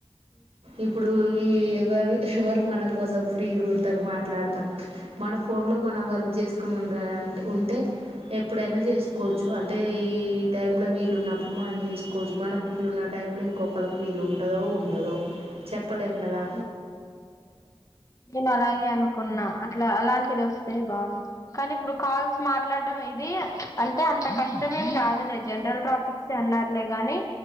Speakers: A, on the right; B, on the left.
A: ఇప్పుడు ఈ ఎవరు ఎవరు మన కోసం ఫ్రీగా ఉంటారు మాట్లాడతాను మన ఫోన్లో మనం వర్క్ చేసుకునింటే ఉంటే ఎప్పుడైనా చేసుకోవచ్చు అంటే ఈ టైంలో వీలు ఉన్నప్పుడు మనం చేసుకోవచ్చు మనకు వీలున్న టైంలో ఇంకొకరికి వీలు ఉంటదో ఉండదో చెప్ పలెం కదా
B: అవును నేను అలాగే అనుకున్నా అట్లా అలాంటిది వస్ అదే బాగుంది కానీ ఇప్పుడు కాల్స్ మాట్లాడడం ఇది అంటే అంతక ఇష్ట ఏం కాదులే జనరల్ టాపిక్స్ అన్నారు లే గానీ